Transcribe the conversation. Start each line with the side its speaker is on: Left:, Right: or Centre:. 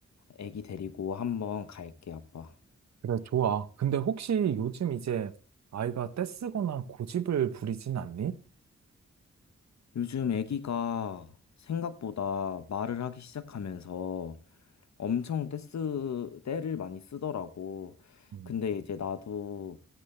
Left: 애기 데리고 한번 갈게 아빠.
Right: 그래, 좋아. 근데 혹시 요즘 이제 아이가 떼쓰거나 고집을 부리진 않니?
Left: 요즘 애기가 생각보다 말을 하기 시작하면서 엄청 떼쓰 떼를 많이 쓰더라고.
Right: 음,
Left: 근데 이제 나도